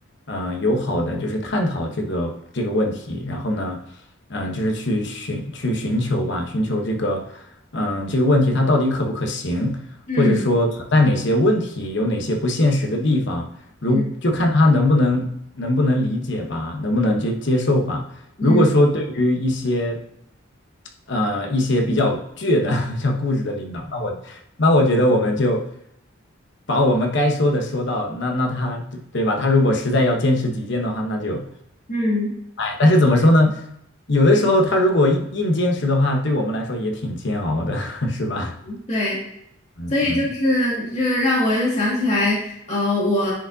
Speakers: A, on the left; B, on the left.
A: 嗯，友好的就是探讨这个这个问题，然后呢，嗯，就是去寻去寻求吧，寻求这个，嗯，这个问题它到底可不可行。
B: 嗯
A: 或者说存在哪些问题，有哪些不现实的地方，如就看他能不能能不能理解吧，
B: 嗯
A: 能不能接接受吧。
B: 嗯
A: 如果说对于一些呃一些比较倔的、<laughs> 比较固执的领导，那我那我觉得我们就把我们该说的说到，那那他对对吧？他如果实在要坚持己见的话，那就
B: 嗯，
A: 哎，但是怎么说呢？有的时候他如果硬硬坚持的话，对我们来说也挺煎熬的，<laughs> 是吧？
B: 对。
A: 嗯嗯。
B: 所以就是，就让我又想起来，呃，我